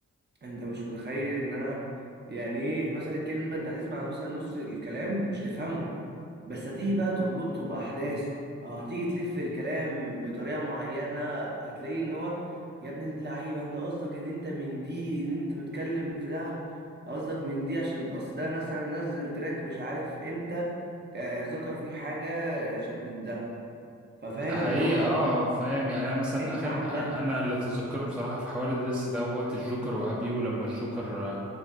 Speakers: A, on the right (about 35°); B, in the centre.
A: انت مش متخيل ان انا يعني ايه مثلا كلمه انت هتسمع مثلا نص الكلام مش تفهمه بس هتيجي بقى تربطه باحداث او هتيجي تلف الكلام بطريقه معينه هتلاقيه ان هو يا ابن اللعيبه انت قصدك ان انت من دي ان انت بتتكلم في ده قصدك من دي عشان اصل ده مثلا نزل تراك مش عارف امتى آه، ذكر فيه حاجه شدت ده ففاهم
B: ده حقيقة
A: اللي هو
B: اه فاهم يعني انا مثلا
A: يا جدعان
B: اخر انا
A: ده
B: اللي اتذكره بصراحة في حوار الدس دوت الجوكر وابيو لما الجوكر